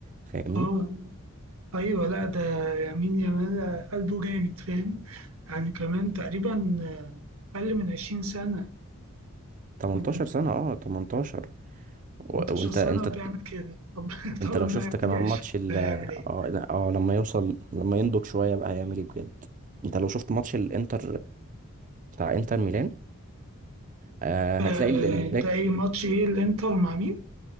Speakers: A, on the right (about 35°); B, on the right (about 70°).
A: فاهمني
B: اه أيوة لأ ده يمين يامال قلبه جامد فاهم يعني كمان تقريبا أقل من عشرين سنة
A: 18
B: يعني
A: سنه اه 18 و-
B: 18
A: وانت
B: سنة
A: انت
B: وبيعمل كده طب <laughs>
A: انت
B: طب ما
A: لو شفت
B: يعدي
A: كمان
B: 20
A: ماتش ال
B: هيعمل إيه؟
A: اه لا، اه لما يوصل لما ينضج شويه بقى هيعمل ايه بجد انت لو شفت ماتش الانتر بتاع انتر ميلان آه
B: آه،
A: هتلاقي ال- الباك
B: أنت إيه ماتش إيه الإنتر مع مين؟